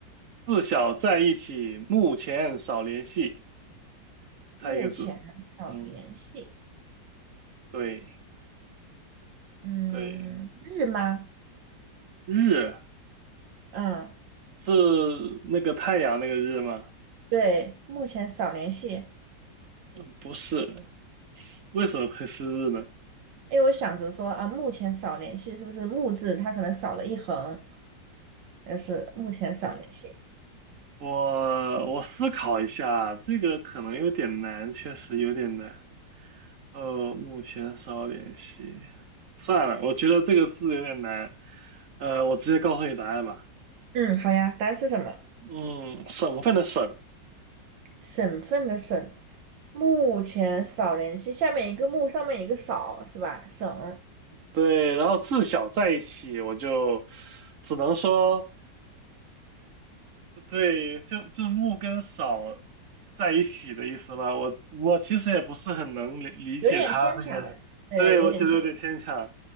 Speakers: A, on the right (about 55°); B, on the right (about 75°).
A: 自小在一起，目前少联系，猜一个字。
B: 目前少联系，
A: 嗯，对
B: 嗯，
A: 对，
B: 日吗？
A: 日
B: 嗯，
A: 是那个太阳那个日吗？
B: 对，目前少联系，
A: 嗯，不是，为什么会是日呢？
B: 因为我想着说啊，目前少联系是不是木字它可能少了一横，但是目前少联系。
A: 我我思考一下，这个可能有点难，确实有点难。呃，目前少联系，算了，我觉得这个字有点难。呃，我直接告诉你答案吧。
B: 嗯，好呀，单是什么？
A: 嗯，省份的省。
B: 省份的省，目前少联系，
A: 嗯
B: 下面一个木，上面一个少，是吧？省，
A: 对，然后自小在一起，我就只能说，对，就就木跟少在一起的意思吧。我我其实也不是很能理理解他这个，
B: 有嗯点牵强，对，
A: 对，我觉得有点牵强。
B: 有点牵。